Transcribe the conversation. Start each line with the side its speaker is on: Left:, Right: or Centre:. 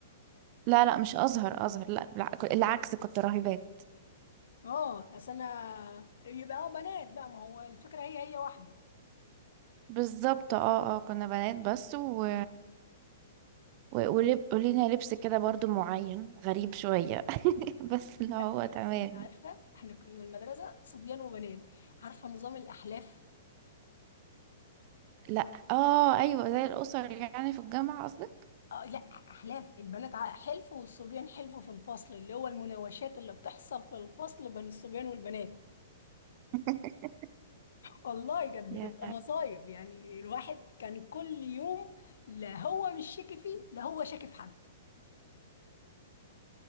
Right: لا لا مش اصغر اصغر لا لا ك- العكس كنت راهبات
Left: اه بس انا يبقى اه بنات بقى ما هو الفكره هي هي واحده
Right: بالظبط اه اه كنا بنات بس و... و... ولب... ولينا لبس كده برضو معين غريب شوية <laughs> بس
Left: لا
Right: اللي هو
Left: انت
Right: تمام
Left: بس انت عارفه احنا كنا المدرسه صبيان وبنات عارفه نظام الاحلاف
Right: لا اه ايوه زي الاسر يعني في الجامعة قصدك
Left: اه لا احلاف البنات ع- حلف والصبيان حلف في الفصل اللي هو المناوشات اللي بتحصل في الفصل بين الصبيان والبنات
Right: <laughs>
Left: والله كانت
Right: يا
Left: بتبقى مصايب يعني الواحد كان كل يوم لا هو مش شاكي فيه لا هو شاكي في حد